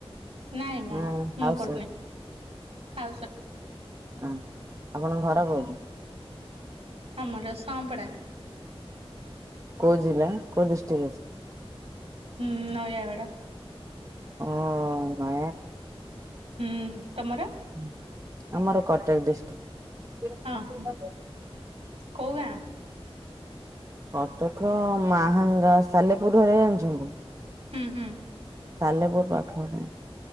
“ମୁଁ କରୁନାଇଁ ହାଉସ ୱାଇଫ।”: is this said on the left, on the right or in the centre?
Right